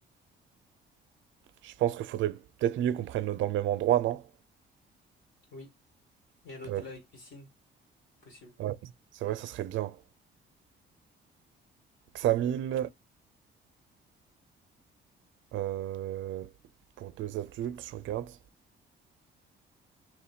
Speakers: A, on the right (about 65°); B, on the left (about 60°).
A: Je pense qu'il faudrait peut-être mieux qu'on prenne dans le même endroit, non?
B: Oui. Et un hôtel
A: Euh,
B: avec piscine, possible.
A: ouais, c'est vrai, ça serait bien. Xamil, euh, pour deux adultes, je regarde.